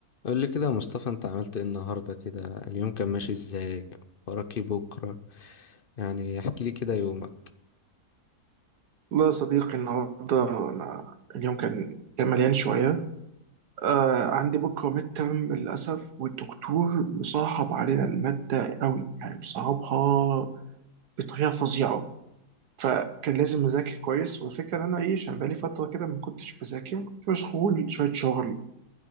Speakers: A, on the left (about 45°); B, on the right (about 80°).
A: قول لي كده يا مصطفى انت عملت ايه النهارده كده اليوم كان ماشي ازاي وراك ايه بكره يعني احكي لي كده يومك
B: والله يا صديقي النهارده انا اليوم كان كان مليان شويه آه عندي بكره ميد ترم للاسف والدكتور مصعب علينا الماده قوي يعني مصعبها بطريقه فظيعه فكان لازم اذاكر كويس والفكره ان انا ايه عشان بقالي فتره كده ما كنتش بذاكر كنت مشغول شويه شغل